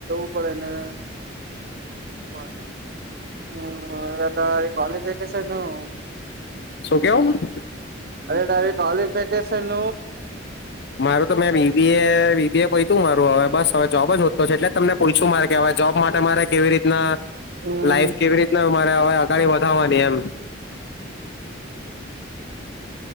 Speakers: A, on the right (about 50°); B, on the left (about 55°).
A: પડે અને બરાબ હમ ક્વલીિફિકેશન કેવું?
B: શું કેવું?
A: અરે તારી કોલીફીકેશન?
B: માર તો મે બીબીએ પયતું મારું હવે બસ હવે જોબ જ હોતો છે એટલે તમને પૂલછું મારે કેવા જોબ માટે મારે કેવી રીતના
A: હમ્મ
B: લાઈફ કેવી રીતના હવે અગડી વધાવાની એમ